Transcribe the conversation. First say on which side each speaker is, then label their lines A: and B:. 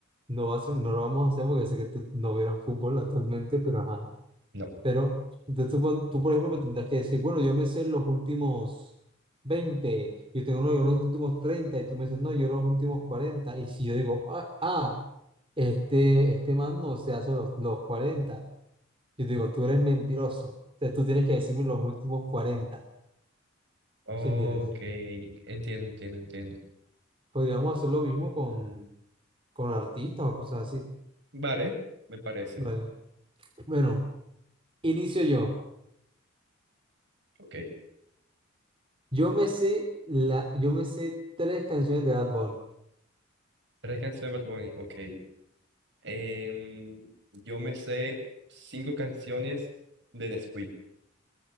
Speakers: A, on the right (about 25°); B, on the right (about 60°).
A: No va a ser- no lo vamos a hacer porque sé que tú no vieras fútbol actualmente, pero ajá.
B: No.
A: Pero entonces tú, pon- tú, por ejemplo, me tendrás que decir, bueno, yo me sé los últimos 20, yo tengo, no, yo los últimos 30 y tú me dices, no, yo los últimos cuarenta Y si yo digo, ah, ah, este, este man no se hace los, los cuarenta yo digo, tú eres mentiroso. O sea, tú tienes que decirme los últimos cuarenta
B: Ok.
A: ¿sí entiendes?
B: Entiendo, entiendo, entiendo.
A: Podríamos hacer lo mismo con, con artistas o cosas así.
B: Vale, me parece.
A: Vale. Bueno, inicio yo.
B: Ok.
A: Yo me sé la, yo me sé tres canciones de Bad Bunny.
B: Tres canciones de Bad Bunny. Ok. Em, yo me sé cinco canciones de Nesquik.